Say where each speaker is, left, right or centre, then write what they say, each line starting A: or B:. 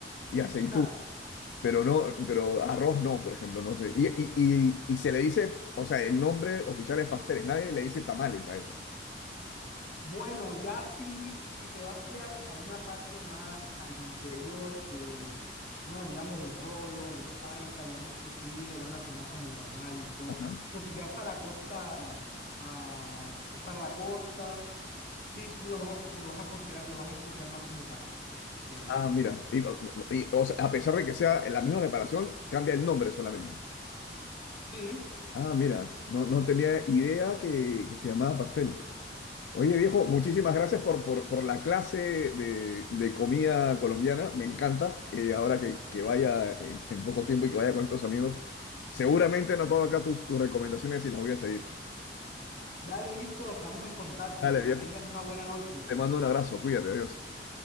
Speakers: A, on the left; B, on the left.
A: y aceitú.
B: ja,
A: Pero no, pero arroz no, por ejemplo, no sé. Y, y, y, y se le dice, o sea, el nombre oficial es pasteles, nadie le dice tamales a eso.
B: Bueno, ya si, si te vas, digamos, a una parte más al interior, que, bueno, digamos, los rolos, los paisas, digamos que sí, lo van a tomar como damal y todo.
A: Ajá.
B: Pero si te vas para la costa, ah, para la costa, sí te lo vas a, co- lo vas a considerar, lo vas a escuchar más como pastel.
A: Ah, mira. Y- y- o sea, a pesar de que sea la misma preparación, cambia el nombre solamente.
B: Sí,
A: Ah, mira, no, no tenía idea que, que se llamaba pastel. Oye, viejo, muchísimas gracias por, por, por la clase de, de comida colombiana. Me encanta. Eh, ahora que, que vaya en, en poco tiempo y que vaya con estos amigos, seguramente no tomo acá tus, tus recomendaciones y las voy a seguir.
B: dale, listo, estamos en contacto.
A: Dale, viejo.
B: Que tengas una buena noche.
A: Te mando un abrazo, cuídate, adiós.